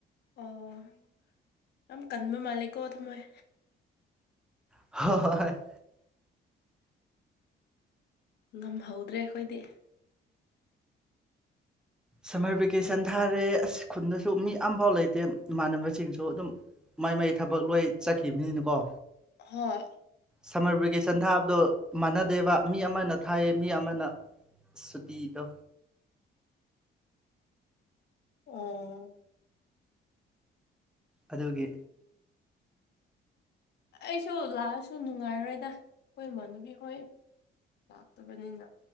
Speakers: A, on the left; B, in the centre.
A: ꯑꯣ ꯌꯥꯝ ꯀꯟꯕ ꯃꯥꯂꯦꯀꯣ ꯊꯝꯃꯣꯏ
B: ꯍꯣꯏ ꯍꯣꯏ
A: ꯉꯝꯍꯧꯗ꯭ꯔꯦ ꯑꯩꯈꯣꯏꯗꯤ
B: ꯁꯝꯃꯔ ꯚꯦꯀꯦꯁꯟ ꯊꯥꯔꯦ ꯑꯁ ꯈꯨꯟꯗꯁꯨ ꯃꯤ ꯑꯝꯐꯥꯎ ꯂꯩꯇꯦ ꯏꯃꯥꯟꯅꯕꯁꯤꯡꯁꯨ ꯑꯗꯨꯝ ꯃꯥꯏ ꯃꯥꯏ ꯊꯕꯛ ꯂꯣꯏ ꯆꯠꯈꯤꯕꯅꯤꯅꯀꯣ
A: ꯍꯣꯏ
B: ꯁꯝꯃꯔ ꯚꯦꯀꯦꯁꯟ ꯊꯥꯕꯗꯣ ꯃꯥꯟꯅꯗꯦꯕ ꯃꯤ ꯑꯃꯅ ꯊꯥꯏꯌꯦ ꯃꯤ ꯑꯃꯅ ꯁꯨꯇꯤꯗꯣ
A: ꯑꯣ
B: ꯑꯗꯨꯒꯤ
A: ꯑꯩꯁꯨ ꯂꯥꯛꯑꯁꯨ ꯅꯨꯡꯉꯥꯏꯔꯣꯏꯗ ꯑꯩꯈꯣꯏ ꯏꯃꯥꯟꯅꯕꯤ ꯍꯣꯏ ꯂꯥꯛꯇꯕꯅꯤꯅ